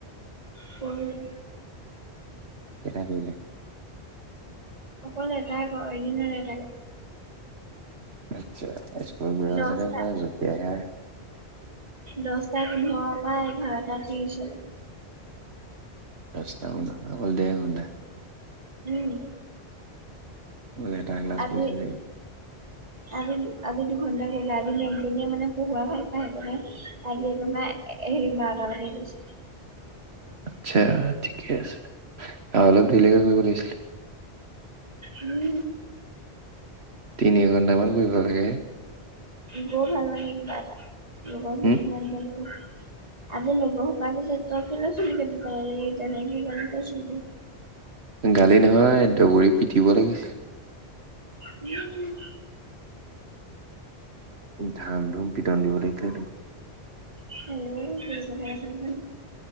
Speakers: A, on the right; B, on the right.
A: কৰিলে
B: কেইটা কৰিলে
A: অকল এটাই ক, এদিনত এটাকে
B: আচ্ছা, স্কুল গৈ
A: দহটা
B: চাগে পুৰা জপিয়াই আহে
A: দশটা পোন্ধৰৰ পৰা, এঘাৰটা ত্ৰিশলৈকে
B: <unintelligible>
A: উম,
B: অকল এটা ক্লাছ
A: আজি
B: কৰিছে
A: আজি, আজি দুঘণ্টা গল আজি মেমজনীয়ে মানে, পঢহোৱাই ভাল পাই। আজি একেবাৰে হেৰি বাৰটা বা কৰিছে
B: আচ্ছা, ঠিকে আছে আৰু অলপ ধৰিলেকে কৰিব লাগিছিলে
A: উম'
B: তিনি ঘণ্টামান কৰিব লাগে
A: গই ভাল লাগে কিবা এটা, লগৰখিনি
B: উম,
A: ইমান দিনৰ মূৰত আজি লগৰ সোপাই কৈছে তই কেলৈ চুলি কাটি পেলালি তেনেকেই গালি পাৰিছে গোটে মখাই
B: গালি নহয়, দগৰি পিটিব লাগিছিল।
A: উম'
B: ধাম ধুম পিটন দিব লাগিছে তোক।
A: <unintelligible>